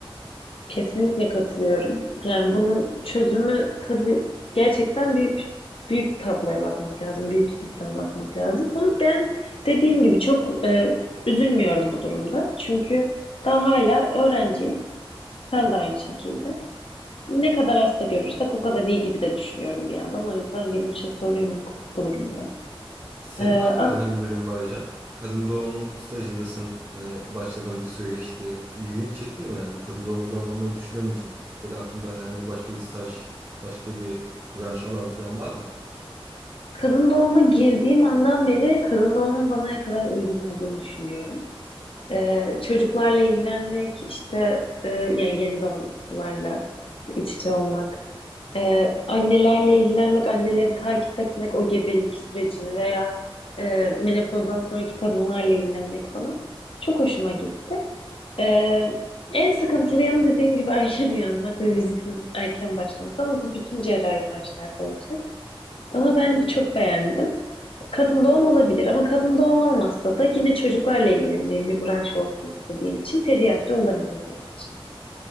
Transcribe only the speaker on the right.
Senin
aklında hangi bölüm var hocam? Kadın doğum stajındasın. Hani başladığın bir süre geçti. İlgini çekti mi yani? Bir kadın doğum uzmanı olmayı düşünür müsün? Ya da aklında herhangi başka bir staj, başka bir branş alan falan var mı?